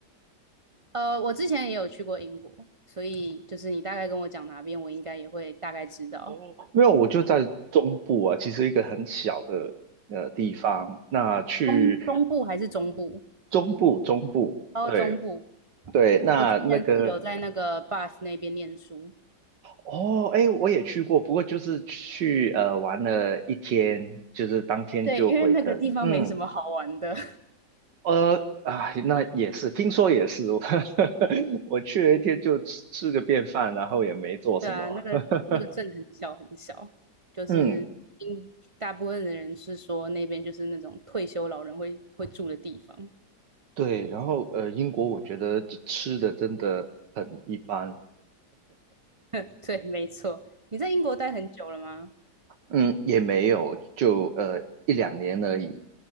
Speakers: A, on the right (about 30°); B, on the right (about 75°).
A: 呃，我之前也有去过英国，所以就是你大概跟我讲哪边，我应该也会大概知道。
B: 哦，没有，我就在中部啊，其实一个很小的呃地方。那去
A: 东东部还是中部？
B: 中部，中部，
A: 哦，
B: 对
A: 中部。
B: 对，那那个
A: 我之前是有在那个 b a t 那边念书，
B: 哦，哎，我也去过，不过就是去呃玩了一天，就是当天就回程。
A: <laughs> 对，因为那个地方没什么好玩的。
B: 嗯，呃，啊，那也是，听说也是，<laughs> 我我去了一天就吃吃个便饭，然后也没做什么。
A: 对啊，那个那个镇很小很小，
B: <laughs>
A: 就是应大部分的人是说那边就是那种退休老人会会住的地方。
B: 嗯，对，然后呃，英国我觉得吃的真的很一般。
A: <laughs> 对，没错。你在英国待很久了吗？
B: 嗯，也没有，就呃一两年而已。